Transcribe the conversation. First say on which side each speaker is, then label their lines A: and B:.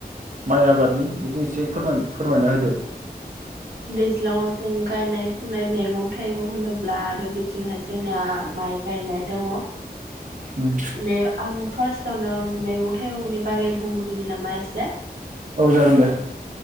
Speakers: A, on the right; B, on the right.
A: माइ आबादनि बेखौ एसे फोरमा फोरमायना होदो
B: दैज्लांआव जों गायनाय फुनाय मेगं थाइगं होनोब्ला आरो बे बिथिंहाय जोंना माइ गायनाय दङ ओ
A: उम
B: बे आं फार्स्टावनो मैगं थाइगंनि बारै बुंगोनि नामा एसे
A: औ जागोन दे